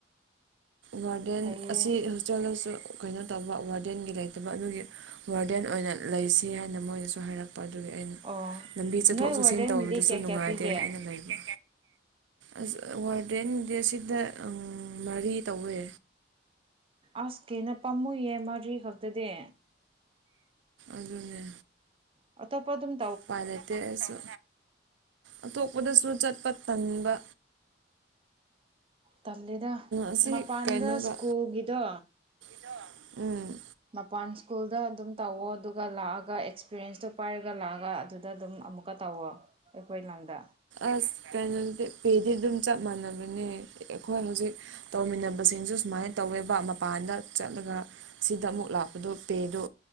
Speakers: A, on the right (about 80°); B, on the right (about 30°).
A: ꯋꯥꯔꯗꯦꯟ
B: ꯐꯩꯌꯦ
A: ꯑꯁꯤ ꯍꯣꯁꯇꯦꯜꯗꯁꯨ ꯀꯩꯅꯣ ꯇꯧꯕ ꯋꯥꯔꯗꯦꯟꯒꯤ ꯂꯩꯇꯕ ꯑꯗꯨꯒꯤ ꯋꯥꯔꯗꯦꯟ ꯑꯣꯏꯅ ꯂꯩꯁꯤ ꯍꯥꯏꯅ ꯃꯣꯏꯅꯁꯨ ꯍꯥꯏꯔꯛꯄ ꯑꯗꯨꯒꯤ ꯑꯩꯅ
B: ꯑꯣ
A: ꯂꯝꯕꯤ ꯆꯠ ꯆꯠꯊꯣꯛ
B: ꯅꯣꯏ ꯋꯥꯔꯗꯦꯟꯒꯤꯗꯤ
A: ꯆꯠꯁꯤꯟ ꯇꯧꯕꯗꯁꯨ
B: ꯀꯌꯥ
A: ꯅꯨꯡꯉꯥꯏꯇꯦꯅ
B: ꯀꯌꯥ ꯄꯤꯒꯦ
A: ꯑꯩꯅ ꯂꯩꯕ ꯑꯁ ꯋꯥꯔꯗꯦꯟꯗꯤ ꯁꯤꯗ ꯃꯔꯤ ꯇꯧꯋꯦ
B: ꯑꯁ ꯀꯦꯅ ꯄꯥꯝꯃꯨꯏꯌꯦ ꯃꯥꯗ꯭ꯔꯤ ꯈꯛꯇꯗꯤ
A: ꯑꯗꯨꯅꯦ
B: ꯑꯣꯞꯄꯗꯨꯝ
A: ꯎꯄꯥꯏ ꯂꯩꯇꯦ ꯑꯩꯁꯨ ꯑꯇꯣꯞꯄꯗꯁꯨ ꯆꯠꯄ ꯇꯟꯕ
B: ꯇꯜꯂꯗ
A: ꯑꯁꯤ
B: ꯃꯄꯥꯟꯗ
A: ꯀꯩꯅꯣꯒ
B: ꯁ꯭ꯀꯨꯜꯒꯤꯗꯣ
A: <unintelligible> ꯎꯝ
B: ꯃꯄꯥꯟ ꯁ꯭ꯀꯨꯜꯗ ꯑꯗꯨꯝ ꯇꯧꯋꯣ ꯑꯗꯨꯒ ꯂꯥꯛꯑꯒ ꯑꯦꯛꯁꯄꯤꯔꯦꯟꯁꯇꯣ ꯄꯥꯏꯔꯒ ꯂꯥꯛꯑꯒ ꯑꯗꯨꯗ ꯑꯗꯨꯝ ꯑꯃꯨꯛ ꯀ ꯇꯧꯋꯣ ꯑꯩꯈꯣꯏ ꯂꯝꯗ
A: ꯑꯁ ꯀꯩꯅꯣꯗꯤ ꯄꯦꯗꯤ ꯑꯗꯨꯝ ꯆꯞ ꯃꯥꯟꯅꯕꯅꯦ ꯑꯩꯈꯣꯏ ꯍꯧꯖꯤꯛ ꯇꯧꯃꯤꯟꯅꯕꯁꯤꯡꯁꯨ ꯁꯨꯃꯥꯏꯅ ꯇꯧꯋꯦꯕ ꯃꯄꯥꯟꯗ ꯆꯠꯂꯒ ꯁꯤꯗ ꯑꯃꯨꯛ ꯂꯥꯛꯄꯗꯨ ꯄꯦꯗꯣ